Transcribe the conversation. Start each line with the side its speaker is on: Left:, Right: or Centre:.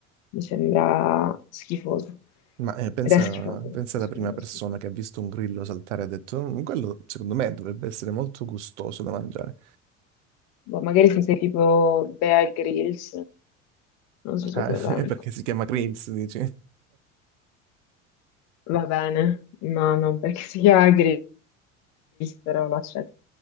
Left: Mi sembra schifoso.
Right: Ma eh, pensa,
Left: Ed è schifoso,
Right: pensa alla
Left: secondo
Right: prima
Left: me
Right: persona
Left: è schifoso.
Right: che ha visto un grillo saltare e ha detto: "Mm, Quello secondo me dovrebbe essere molto gustoso da mangiare.
Left: Boh, magari se sei tipo Bear Grylls, non so se
Right: Ah,
Left: lo
Right: <laughs>
Left: prendo.
Right: è perché si chiama grills, dici?
Left: Va bene, no, non perché si chiama Grills, però lo accetto.